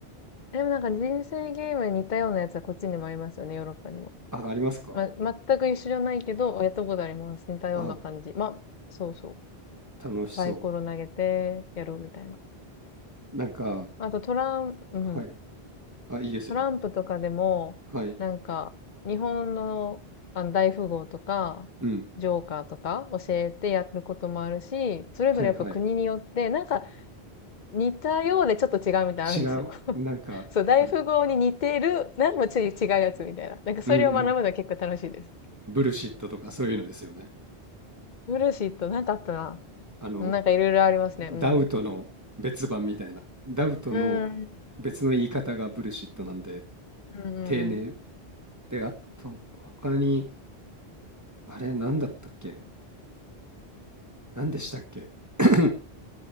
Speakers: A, on the left; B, on the right.
A: でもなんか人生ゲームに似たようなやつはこっちにもありますよね、ヨーロッパにも。
B: あ、ありますか
A: ま、全く一緒じゃないけど、やったことあります。似たような感じ。
B: あ、
A: まあ、そうそ
B: 楽しそ
A: う。サイコロ投げてやるみたいな。
B: う。なんか、
A: あとトラン、うん。
B: はい、あ、いいですよ。
A: トランプとかでも、
B: はい、
A: なんか、日本の、あの大富豪とか、
B: うん。
A: ジョーカーとか教えてやることもあるし、それぞれやっぱ国によって、
B: はいはい。
A: なんか似たようでちょっと違うみたいなのあるんですよ。
B: 違う、
A: <laughs>
B: なんか、
A: そう、大富豪に似てる、
B: あの、
A: なんかちょっと違うやつみたいな。なんかそれを学ぶのは結構楽しいです。
B: <laughs> うんうん。ブルシットとかそういうのですよね。
A: ブルーシート、なんかあったな。
B: あの、
A: なんかいろいろありますね。
B: ダウトの別版みたいな。
A: うん。
B: ダウトの
A: うん。
B: 別の言い方がブルシットなんで、
A: うんうん
B: 丁寧。で、あと、他に、あれ、なんだったっけなんでしたっけ <coughs>